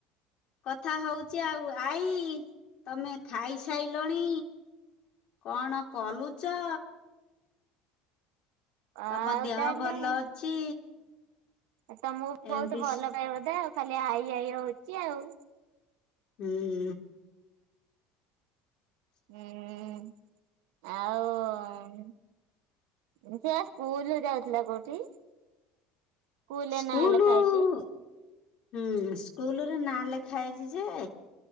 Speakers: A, on the left; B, on the right.
A: କଥା ହଉଚି ଆଉ ଆଇ ତମେ ଖାଇସାଇଲଣି? କଣ କଲୁଚ?
B: ଆଉ
A: ତମ ଦେହ
B: ତାହେଲେ
A: ଭଲ ଅଛି?
B: ତମକୁ ବହୁତ୍
A: ଏମତି
B: ଭଲ ପାଏ ବୋଧେ ଆଉ ଖାଲି ଆଈ ଆଈ ହଉଛି ଆଉ।
A: ହୁଁ।
B: ହୁଁ ଆଉ ସିଏ ସ୍କୁଲ୍ ଯାଉଥିଲା କୋଉଠି? ସ୍କୁଲରେ
A: ସ୍କୁଲ୍
B: ନାଁ ଲେଖା
A: ହୁଁ
B: ହେଇଛି
A: ସ୍କୁଲ୍ ରେ ନାଁ ଲେଖା ହେଇଛି ଯେ